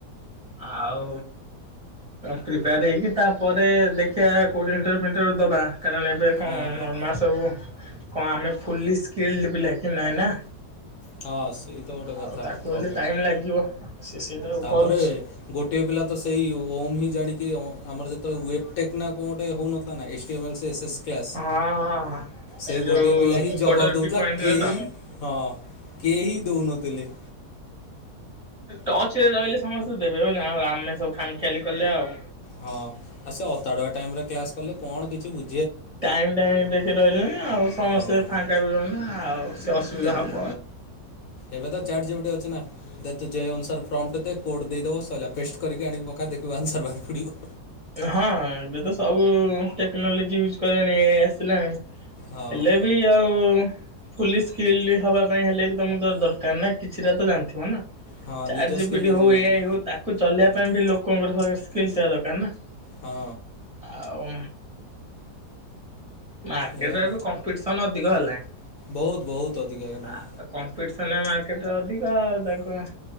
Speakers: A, on the right; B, on the left.
A: ଆଉ ପ୍ରିପେୟାର ହେଇକି ତାପରେ ଦେଖିବା କୋଉଠି ଇଣ୍ଟରଭ୍ୟୁ ଫିଣ୍ଟରଭ୍ୟୁ ଦବା। କାରଣ ଏବେ କଣ
B: ହଁ ହଁ
A: ନର୍ମାଲ ସବୁ କଣ ଆମେ ଫୁଲି ସ୍କିଲ୍ଡ ପିଲା କି ନାଇଁ ନା।
B: ହଁ ସେଇ ତ ଗୋଟେ କଥା
A: ଆଉ ତାକୁ
B: ପ୍ରୋବ୍ଲେମ୍
A: ହେଲେ ଟାଇମ୍ ଲାଗିବ ସେ ସେ। <unintelligible>
B: ତାପରେ ଗୋଟିଏ ପିଲା ତ ସେଇ ଓମ୍ ହିଁ ଜାଣିକି ଆମର ଯେତେବେଳେ ୱଟେକ ନା କଣ ଗୋଟେ ହଉନ ଏଟିଏମ୍ ଲ୍ ଏସେସ୍ କ୍ଲାସ୍
A: ହଁ ହଁ।
B: ସେଇ
A: ଏ ଯୋଉ
B: ଗୋଟିଏ ପିଲା ହି
A: କୋଡର
B: ଜବାବ୍ ଦଉଥିଲା
A: ପି ପଏଣ୍ଟରେ
B: ଆଉ କେହି
A: ତ
B: ହଁ କେହି ଦଉନ। <unintelligible>
A: ଟଚ୍ ରେ ରହିଲେ ସମସ୍ତେ ଦେବେ ହଁ ନା ଆଉ ଆମେ ସବୁ ଖାମ୍ ଖିଆଲି କଲେ ଆଉ।
B: ହଁ ଆଉ ସେ ଅତାଡୁଆ ଟାଇମ୍ ରେ କ୍ଲାସ୍ କଲେ କଣ କିଛି ବୁ
A: ଟାଇମ୍ ଟିକେ ରହିଲେନି ଆଉ ସମସ୍ତେ
B: ହଁ
A: ଫାଙ୍କା ବି ରହବେନି ଆଉ ସେ ଅସୁବିଧା
B: ଏବ୍
A: ହବ।
B: ଏବେ ତ ଚାଟ୍ ଜିପିଟି ଅଛି ନା। ତୁ ଯେ ଅନୁସାର ପ୍ରର୍ମଟ ଦେ କୋଡ ଦେଇଦବ ସଇଲା ପେଷ୍ଟ୍ କରିକି ଆଣିକି ପକା ଦେଖିବୁ ଆନ୍ସର ବାହାରି ପଡିବ।
A: ହଁ ଏବେ ତ ସବୁ ଟେକ୍ନୋଲୋଜି ୟୁଜ୍ କଲେଣି। <unintelligible> ଆସିଲାଣି
B: ହଁ।
A: ହେଲେ ବି ଆଉ ଫୁଲି ସ୍କିଲଡ ହବା ପାଇଁ ହେଲେ ବି ତମ ତ ଦରକାର ନା କିଛିଟା ତ ଜାଣିଥିବ ନା।
B: ହଁ
A: ଚାର
B: ନିଜ
A: ଜପିଡି
B: ସ୍କିଲ୍ ନିଜେ
A: ହଉ
B: ଜାଣିଥିବ
A: ଏଆଇ ହଉ ତାକୁ ଚଲେଇବା ପାଇଁ ବି ଲୋକ <unintelligible> ସ୍କିଲ୍ ଟା ଦରକାର ନା।
B: ହଁ।
A: ଆଉ ମାର୍କେଟରେ
B: ଏଇଆ
A: ଏବେ କମ୍ପିଟିସନ ଅଧିକ ହେଲାଣି।
B: ବହୁତ ବହୁତ ଅଧିକା ହେଇଗଲାଣି।
A: ଆ କମ୍ପିଟିସ୍ ସେମାନେ ମାର୍କେଟ୍ ରେ ଅଧିକ ଆଉ ତାକୁ